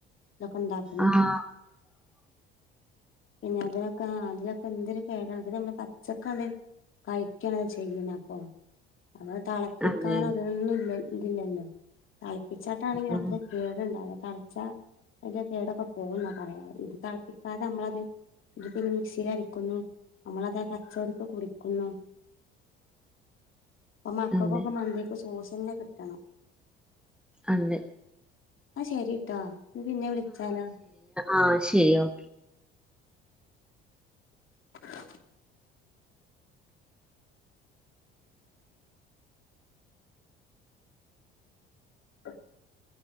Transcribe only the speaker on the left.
ഇതൊക്കെ ഇണ്ടാക്ക
പിന്നെ അതിനോക്ക അതിലൊക്കെ എന്തൊരു കേട അതോക്കെ നമ്മള് പച്ചക്കാണ്ട് കഴിക്കണത് ചെയ്യുന്ന അപ്പൊ അപ്പൊ തിളപ്പിക്കാനോ
ഇതിനൊന്നും ഇത് ഇല്ല ല്ലോ തിളപ്പിച്ചാട്ടാണെങ്കിൽ
അത്ര കേടുണ്ടാവൂല്ല തളച്ച അതിന്റെ കേടൊക്കെ പോവും എന്നാ പറയാ ഇത് തളപ്പിക്കാതെ നമ്മളത് ഇത് പിന്നെ മിക്സിൽ അടിക്കുന്നു നമ്മളത് പച്ചോടക്ക കുടിക്കുന്നു ബപ്പൊ മക്കക്കൊക്ക
മന്തിക്ക് സോസ് തന്നെ കിട്ടണം
എന്നാ ശരിട്ടോ ഇഞ്ഞ് പിന്നെ വിളിച്ചാലാ
<unintelligible> <unintelligible>